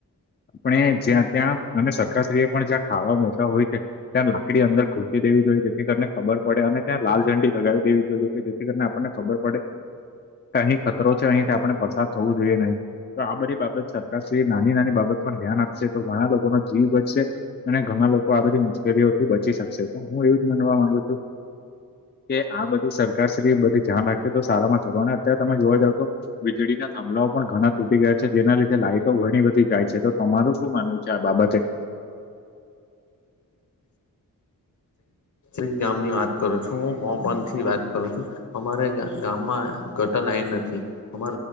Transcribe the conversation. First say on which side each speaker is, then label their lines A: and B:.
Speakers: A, on the left; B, on the left.
A: આપણે જ્યાં ત્યાં અને સરખશ્રીએ પણ જ્યાં ખાવા મ તો હોય છે. ત્યાં લાકડી અંદર ખુલસી દેવી જોઈએ જેથી કરીને ખબર પડે અને ત્યાં લાલ ઝંડી લગાવી દેવી જોઈએ કે થી કરીને આપણને ખબર પડે અહીં ખતરો છે અહીંથી આપણે વરસાદ થવો જોઈએ નહી. તો આ બધી બાબત સરકારશ્રી નાની નાની બાબત પર ધ્યાન આપશે તો ઘણા લોકો ન જીવ વધચશે. અને ઘણા લોકો આ બધી મુશ્કેલીઓથી બચી શકશે તો હું એવું જ માનવા માંગુ છું કે આ બધી સર એ બધી ધ્યાન રાખીએ તો સારામા સારુ અને અત્યારે તમે જોવા જાવ તો વીજળીના થભલાઓ પણ ઘણા તૂટી ગયા છે જેના લીધે લાઈઇટો ઘણી બધી જાય છે. તો તમારું શું માનવું છે. આ બાબતે
B: એક ગામની વાત કરું છું હું પોપન થી વાત કરું છું. અમારે ગામમાં ગટર લાઈન નથી. અમા